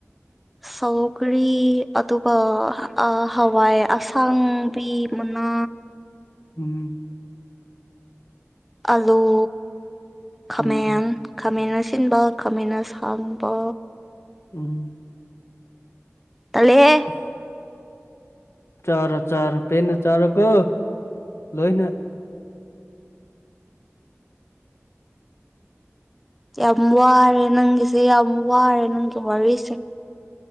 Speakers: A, in the centre; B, on the left.
A: ꯁꯧꯒꯔꯤ ꯑꯗꯨꯒ ꯍꯋꯥꯏ ꯑꯁꯥꯡꯕꯤ ꯃꯅꯥ
B: ꯎꯝ
A: ꯑꯂꯨ ꯈꯥꯃꯦꯟ
B: ꯎꯝ
A: ꯈꯥꯃꯦꯟ ꯑꯁꯤꯟꯕ ꯈꯥꯃꯦꯟ ꯁꯥꯡꯕ
B: ꯎꯝ
A: ꯇꯜꯂꯦꯍꯦ
B: <inaudible> ꯆꯥꯔꯣ ꯆꯥꯔꯣ ꯄꯦꯟꯅ ꯆꯥꯔꯣ ꯀꯣ ꯂꯣꯏꯅ
A: ꯌꯥꯝ ꯋꯥꯔꯦ ꯅꯪꯒꯤꯁꯦ ꯌꯥꯝ ꯋꯥꯔꯦ ꯅꯪꯒꯤ ꯋꯥꯔꯤꯁꯦ